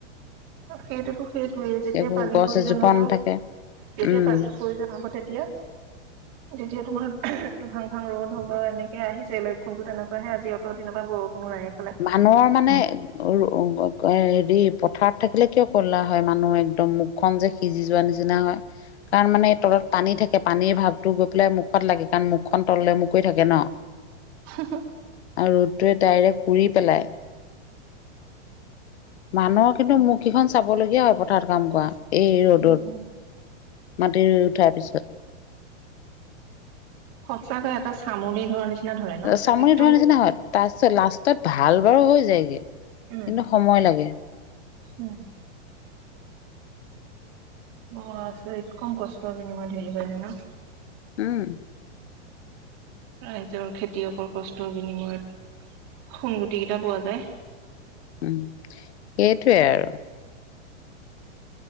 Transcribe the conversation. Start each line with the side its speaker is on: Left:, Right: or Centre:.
Right: সেইটোতো সেইটোৱে যেতিয়া
Left: একো
Right: পানীৰ
Left: গছ
Right: প্ৰয়োজন
Left: এজোপা
Right: হ'ব।
Left: নাথাকে
Right: যেতিয়া
Left: উম
Right: তাকো প্ৰয়োজন হ'ব তেতিয়া?
Left: <inaudible>
Right: যেতিয়া তোমাৰ এইটো ফাং, ফাং ৰ'দ হ'ব, এনেকে আহিছে লক্ষ্যণতো তেনেকুৱাহে আজি অত দিনৰ পৰা বৰষুণ এক
Left: মানুহে মানে অ, অ, হেৰি পথাৰত থাকিলে কিয় ক'লা হয়, মানুহ একদম মুখ খন যে সিজি যোৱাৰ নিচিনা হয়। কাৰণ মানে তলত পানী থাকে, পানীৰ ভাৱটো গৈ পেলাই মুখত লাগে, কাৰণ মুখ খন তললৈ মূৰ কৰি থাকে ন, <inaudible>
Right: <unintelligible>
Left: আৰু ৰ'দটোৱে ডাইৰেক্ট পুৰি পেলাই। মানুহৰ কিন্তু মোৰ কেইখন চাবলগীয়া হয়, পথাৰত কাম কৰা। এই ৰ'দত,
Right: উম
Left: মাটি ৰুই উঠাৰ পিছত।
Right: সঁচাকে এটা চামনি ধৰা নিচিনা ধৰে ন
Left: চামনি
Right: একদম
Left: ধৰা নিচিনা হয়। তাৰপিছত লাষ্টত ভাল বাৰু হৈ যায়গৈ, কিন্তু
Right: উম
Left: সময় লাগে।
Right: উম, বৰ আচৰিত, কম কষ্টৰ হয়নে মাটি ৰুবলে ন,
Left: উম,
Right: ৰাইজৰ খেতিয়কৰ কষ্টৰ বিনিময়ত, সোনগুটি কেইটা পোৱা যায়।
Left: উম, সেইটোৱে আৰু।